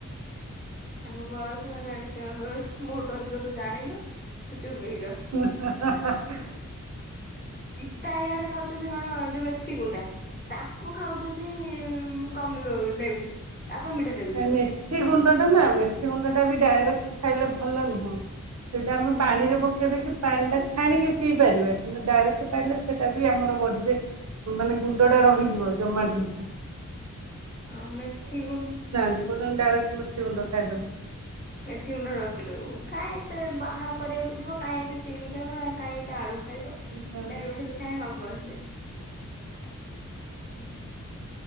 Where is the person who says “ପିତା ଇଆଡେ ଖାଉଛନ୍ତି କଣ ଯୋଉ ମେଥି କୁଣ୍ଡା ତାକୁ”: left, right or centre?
Left